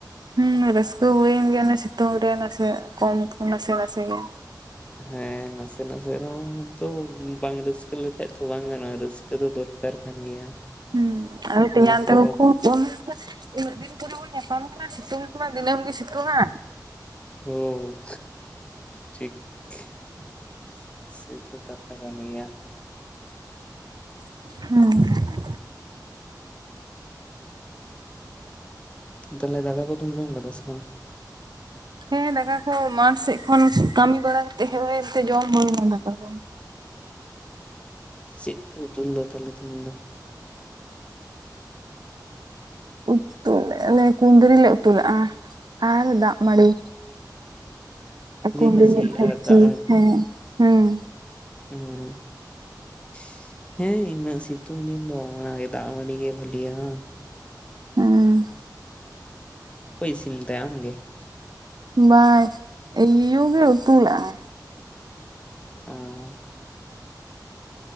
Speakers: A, on the right; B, on the left.
A: ᱦᱩᱸ ᱨᱟᱹᱥᱠᱟᱹ ᱦᱩᱭᱮᱱ ᱜᱮᱭᱟ ᱚᱱᱮ ᱥᱤᱛᱩᱝ ᱨᱮ ᱱᱟᱥᱮ ᱠᱚᱢ ᱠᱚ ᱱᱟᱥᱮ ᱱᱟᱥᱮ ᱜᱮ,
B: ᱦᱮᱸ ᱱᱟᱥᱮ ᱱᱟᱥᱮ ᱨᱮᱦᱚᱸ ᱛᱚ ᱵᱟᱝ ᱨᱟᱹᱥᱠᱟᱹ ᱞᱮᱠᱷᱟᱡ ᱫᱚ ᱵᱟᱝ ᱜᱟᱱᱚᱜᱼᱟ ᱨᱟᱹᱥᱠᱟᱹ ᱨᱟᱥᱠᱟᱹ ᱫᱚ ᱫᱚᱨᱠᱟᱨ ᱠᱟᱱ ᱜᱮᱭᱟ᱾
A: ᱦᱩᱸ ᱟᱨᱦᱚᱸ
B: ᱱᱚᱣᱟ
A: ᱛᱮᱭᱟᱝ
B: ᱯᱚᱨᱚᱵᱽ
A: ᱛᱟᱠᱚ ᱠᱚ ᱩᱱᱟᱹᱜ ᱫᱤᱱ ᱠᱚᱨᱮ ᱵᱚᱱ ᱧᱟᱯᱟᱢ ᱠᱟᱱᱟ ᱥᱤᱛᱩᱝ ᱠᱚᱢᱟ ᱫᱤᱱᱟᱹᱢ ᱜᱮ ᱥᱤᱛᱩᱝᱼᱟ᱾
B: ᱦᱩᱸᱻ ᱴᱷᱤᱠ <inaudible> ᱥᱮᱛᱚ ᱠᱟᱛᱷᱟ ᱠᱟᱱᱜᱤᱭᱟ
A: ᱦᱩᱸ
B: ᱛᱟᱦᱚᱞᱮ ᱫᱟᱜᱠᱟ ᱠᱚᱫᱚᱢ ᱡᱚᱢ ᱠᱟᱫᱟ ᱥᱮ ᱵᱟᱝ?
A: ᱦᱮᱸ ᱫᱟᱠᱟ ᱠᱚ ᱢᱟᱴᱷ ᱥᱮᱫ ᱠᱷᱚᱱ ᱠᱟᱹᱢᱤ ᱵᱟᱲᱟ ᱠᱟᱛᱮ ᱦᱮᱡ ᱦᱳᱭᱮᱱᱛᱮ ᱡᱚᱢ ᱦᱩᱭᱱᱟ ᱫᱟᱠᱟ ᱠᱚ᱾
B: ᱪᱮᱫ ᱯᱮ ᱩᱛᱩ ᱞᱮᱫᱟ ᱛᱟᱦᱟᱞᱮ ᱛᱮᱦᱮᱧ ᱫᱚ?
A: ᱩᱛᱩ ᱚᱱᱮ <unintelligible> ᱠᱩᱸᱫᱽᱨᱤ ᱞᱮ ᱩᱛᱩ ᱞᱮᱜᱼᱟ ᱟᱨ ᱫᱟᱜ ᱢᱟᱺᱰᱤ। ᱠᱩᱸᱫᱽᱨᱤ
B: ᱵᱷᱟᱹᱡᱤ
A: ᱵᱷᱟᱡᱤ,
B: ᱟᱨ ᱫᱟᱜ
A: ᱦᱮᱸ ᱦᱮᱸ।
B: ᱦᱩᱸᱻ <inaudible> ᱦᱮᱸ ᱤᱱᱟᱹᱜ ᱥᱤᱛᱩᱝ ᱫᱤᱱ ᱫᱚ ᱚᱱᱟ ᱜᱮ ᱫᱟᱜ ᱢᱟᱺᱰᱤ ᱜᱮ ᱵᱷᱟᱞᱤᱭᱟ ᱵᱟᱝ?
A: ᱦᱩᱸᱻ
B: ᱚᱠᱚᱭ ᱤᱥᱤᱱ ᱞᱮᱫᱟᱭ ᱟᱢ ᱜᱮ?
A: ᱵᱟᱝ ᱤᱧ ᱭᱩ ᱜᱮ ᱩᱛᱩ ᱞᱮᱜᱼᱟᱭ।
B: ᱚᱻ